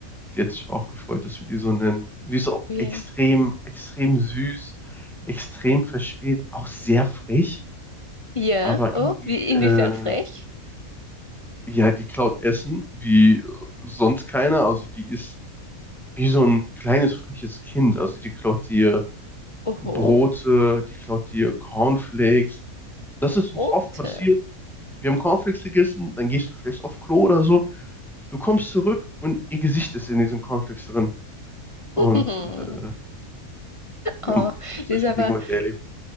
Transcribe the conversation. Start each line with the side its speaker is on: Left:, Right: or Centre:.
Centre: die hat sich auch gefreut, dass wir die so nennen. Und die ist auch
Left: ja.
Centre: extrem, extrem süß, extrem verspielt, auch sehr frech,
Left: Ja,
Centre: aber
Left: oh,
Centre: irgendwie,
Left: wie,
Centre: äh,
Left: inwiefern frech?
Centre: ja, die klaut Essen wie äh, sonst keiner. Also die ist wie so ein kleines, freches Kind. Also die klaut dir
Left: Oho,
Centre: Brote, die klaut dir Cornflakes. Das ist uns
Left: rote.
Centre: oft passiert. Wir haben Cornflakes gegessen, dann gehst du vielleicht auf Klo oder so. Du kommst zurück und ihr Gesicht ist in diesen Cornflakes drin. Und
Left: <laughs>
Centre: äh, wir
Left: Oh,
Centre: haben oft solche
Left: das ist aber.
Centre: Dinge mit erlebt.